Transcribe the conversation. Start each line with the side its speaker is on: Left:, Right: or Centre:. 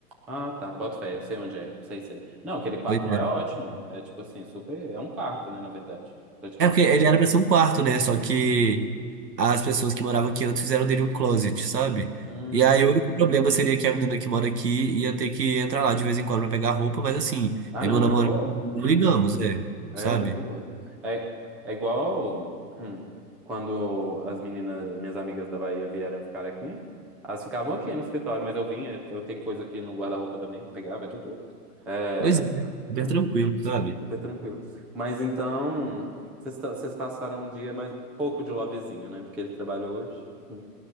Centre: Ah, tá. Boto fé, eu sei onde é. Sei, sei. Não, aquele quarto
Right: Pois
Centre: lá
Right: é.
Centre: é ótimo. É tipo assim, super. É um quarto, né, na verdade, praticamente.
Right: É porque ele era pra ser um quarto, né? Só que as pessoas que moravam aqui antes fizeram dele um closet, sabe?
Centre: Hum.
Right: E aí o único problema seria que a menina que mora aqui ia ter que entrar lá de vez em quando pra pegar roupa, mas assim,
Centre: Ah,
Right: é
Centre: não,
Right: meu
Centre: de
Right: namorado,
Centre: boa.
Right: não
Centre: Hum.
Right: ligamos, é,
Centre: É,
Right: sabe?
Centre: de boa. É, é igual hum, quando as meninas, minhas amigas da Bahia vieram ficar aqui. Elas ficavam aqui no escritório, mas eu vinha, eu tenho coisa aqui no guarda-roupa também, pegava, é de boa. É,
Right: Pois é, super
Centre: hum,
Right: tranquilo, sabe?
Centre: super tranquilo. Mas então, vocês tão- vocês passaram um dia mais pouco de lovezinho, né? Porque ele trabalhou hoje. Hum.